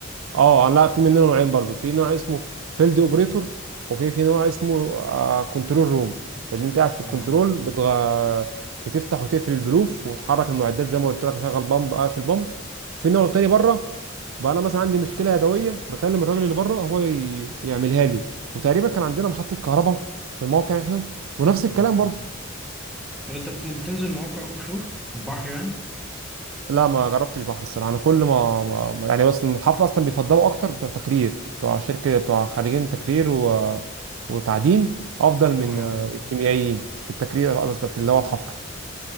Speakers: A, on the right; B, in the centre.
A: اه لا في منه نوعين برضو في نوع اسمه فيلد اوبريتور وفي في نوع اسمه كنترول روم ان انت قاعد في
B: اه
A: الكنترول بتغ... بتفتح وتقفل البلوف وتحرك المعدات زي ما قلت لك اشغل بامب اقفل بامب في نوع تاني بره بقى انا مثلا عندي مشكله يدويه بكلم الراجل اللي بره هو ي... يعملها لي وتقريبا كان عندنا محطه كهرباء في الموقع احنا ونفس
B: اه
A: الكلام برضو
B: طب انت بت- بتنزل مواقع اوفشور في البحر يعني
A: لا ما جربتش بحر الصراحه انا كل ما, ما ما- يعني بس الحفله اصلا بيفضلوا اكتر بتوع تكرير بتوع شركه بتوع خريجين تكرير و... وتعدين افضل من
B: اه
A: آه، الكيميائيين في التكرير قصدي في اللي هو الحفر